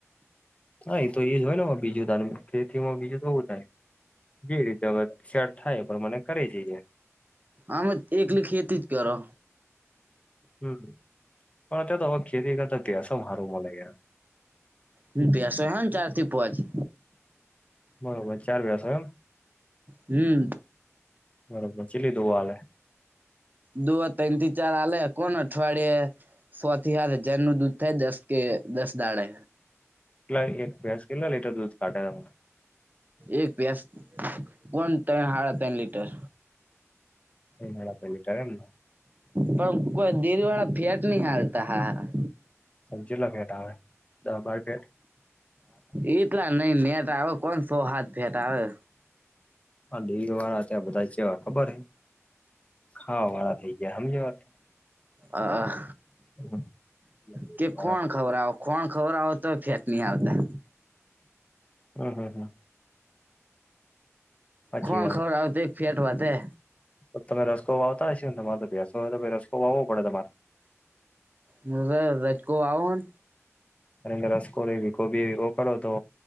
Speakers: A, on the left (about 25°); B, on the right (about 35°).
A: હા, ઈ તો એ જ હોય ને બીજું ખેતીમાં બીજું તો હુ થાય જે રીતે હવે સેટ થાય એ પ્રમાણે કરી જઈએ.
B: આમજ એકલી ખેતી જ કરો.
A: હમ. પણ અત્યારે તો હવે, ખેતી કરતા ત્યાસો મારું મળે ગયા.
B: હ, બેસ હ ચારથી પોવા જ છે?
A: બરોબર ચાર વસને.
B: હમ.
A: બરોબર ચીલી દો હલે.
B: દુ તન થી ચાર આલે કોણ અઠવાડિયે- સો થી હાત હજારનું દૂધ થાય, દસ કે દસ દહાડે.
A: લ એક ભેંસ કેટલા લીટર દૂધ કાઢે,
B: એક ભેંસ પોણ ત્રણ હાડા ત્રણ લીટર.
A: એ મીટર એમને
B: પણ કોઈ દિલવાળા ફેટ નહી હાલતા હા
A: ચેતલા પેટ આવે દહ બાર પેટ
B: એટલા નઈ, નેટ આવે કોણ સો હાથ ફેટ આવે.
A: હલ ડેલી વારા તો આ બધા ચેવાં ખબર હે? ખાવાવાળા થઈ જયા હમજો વા
B: અ આહ
A: <inaudible>
B: કે
A: વાત
B: ખોણ ખવરડાવો, ખાણ ખવડાવો તો ય ફેટ ન આવતા.
A: હમ હમ હમ. સાચી
B: ખોણ ખબડાવે તો અેક ફેટ વધે.
A: તો તમે રસ્કો વાવતા હ છી ને તમારે તો બેસો હોય, તો ભ રસ્કો વાવો પડે તમારે
B: હ, <unintelligible> રાજકો આવો હન
A: અને રસકો એવી ગોબી એવી કરો તો